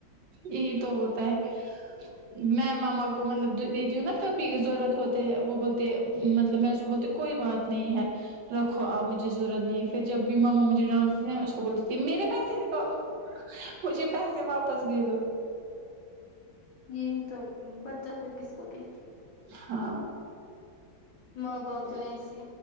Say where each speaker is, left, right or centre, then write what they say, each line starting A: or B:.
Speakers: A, on the right; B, on the left.
A: یہ تو ہوتا ہے میں ماما کو مطلب دیتی ہوں نا کبھی ضرورت ہوتے ہے وہ بولتے مطلب میں اس کو بولتی کوئی بات نہیں ہے رکھو آپ مجھے ضرورت نہیں ہے پھر جب بھی ماما مجھے ڈانس دیتے میں اس کو بولتی تھی میرے پیسے نکالو مجھے پیسے واپ پس د دو
B: یہی تو بچہ پھر کس کو کہتی
A: ہاں
B: م بپ ج ایسی